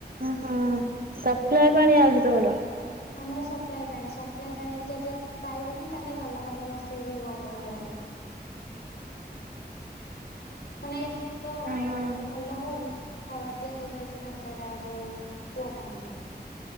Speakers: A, on the right; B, on the left.
A: ଓହୋ ସପ୍ଲାଏ ପାଣି ଆଉଚି ତମର?
B: ହଁ ଆମର ସପ୍ଲାଏ ପାଣି ସପ୍ଲାଏ ପାଣି କି ଯଦି ପାଇବନି ତାହେଲେ ଗଲା ତମର। ସେଇ ବି ବନ୍ଦ କହେ ଆଉ। ମାନେ ଏଇ ଭାତ
A: ଓହୋ
B: ମାନେ ଭଲ ହଉନି। ହଳଦିଆ ହେଇଯାଉଛି ଭାତଟା ଯୋଉ କୂଅ ପାଣିଟାରେ।